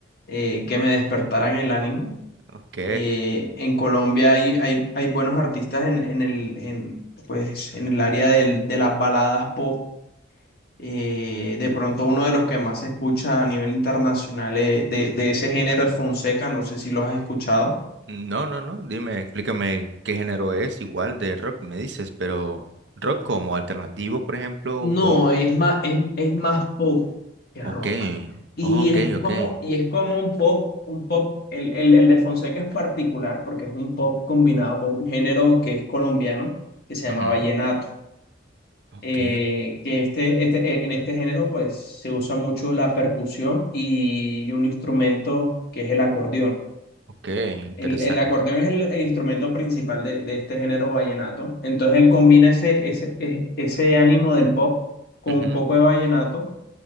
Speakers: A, on the left; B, on the right.
A: eh, que me despertaran el ánimo.
B: Ok.
A: Eh, en Colombia hay, hay, hay buenos artistas en, en el, en, pues, en el área del- de las baladas pop eh, de pronto uno de los que más se escucha a nivel internacional eh, de, de ese género es Fonseca, no sé si los has escuchado.
B: No, no, no. Dime, explícame qué género es, igual de rock me dices, pero rock como alternativo, por ejemplo,
A: No,
B: o pop.
A: es más, es, es más pop que
B: Ok,
A: rock. Y
B: oh, ok,
A: es como,
B: ok.
A: y es como un pop, un pop, el, el, el de Fonseca es particular porque es un pop combinado con un género que es colombiano, que se llama
B: Ujú,
A: vallenato.
B: Ok,
A: Eh, que este, este, eh, en este género pues se usa mucho la percusión y un instrumento que es el acordeón.
B: ok, interesante.
A: El, el acordeón es el, el instrumento principal de, de este género vallenato. Entonces él combina ese, ese, e- ese ánimo del pop con
B: Ujú,
A: un poco de vallenato